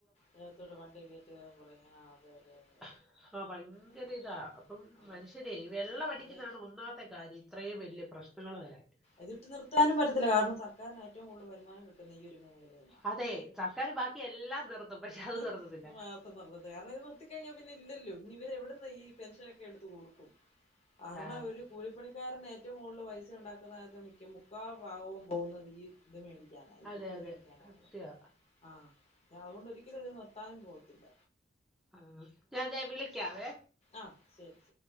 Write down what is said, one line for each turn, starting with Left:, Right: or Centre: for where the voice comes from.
Left: മേത്തോട്ട് വണ്ടി കേറ്റിയോരം പറഞ്ഞു ആ അതെ അതെ അതെ
Centre: ആഹ് ഭയങ്കര
Left: അയ്യോ
Centre: ഇതാ അപ്പം
Left: അതെ
Centre: മനുഷ്യരേ വെള്ളം അടിക്ക
Left: അത്
Centre: താണ് ഒന്നാമത്തെ കാര്യം ഇത്രയും വലിയ പ്രശ്നങ്ങൾ വരാൻ
Left: ഇത് ഇട്ട് നിർത്താനും പറ്റത്തില്ല കാരണം സർക്കാരിന് ഏറ്റവും കൂടുതൽ വരുമാനം കിട്ടുന്ന ഈ ഒരു മേഖലയിൽ
Centre: അതെ സർക്കാര് ബാക്കി എല്ലാം നിർത്തും പക്ഷെ അത്
Left: നിർ
Centre: നിർത്തത്തില്ല
Left: ഇത് മാത്രം കാരണം ഇത് നിർത്തി കഴിഞ്ഞാ പിന്നെ ഇല്ലല്ലോ ഇനി വര് എവിട്ന്ന് ഈ പെൻഷനൊക്കെ എടുത്ത് കൊടുക്കും <unintelligible>
Centre: ആ,
Left: ഒരു കൂലിപ്പണി കാരന് ഏറ്റവും കൂടുതൽ പൈസ ഉണ്ടാക്കുന്നതിനകത്ത് മിക്ക മുക്കാ ഭാഗവും പോകുന്നത് ഈ ഇത് മേടിക്കാനാ ഈ
Centre: അതെ
Left: കുപ്പി
Centre: അതെ
Left: മേടിക്കാനാകും
Centre: സത്യ
Left: ആഹ് അതുകൊണ്ട് ഒരിക്കലും ഇത് നിർത്താനും പോകത്തില്ല
Centre: ആഹ് ഞാൻതെ വിളിക്കാവേ
Left: ആഹ് ശെരി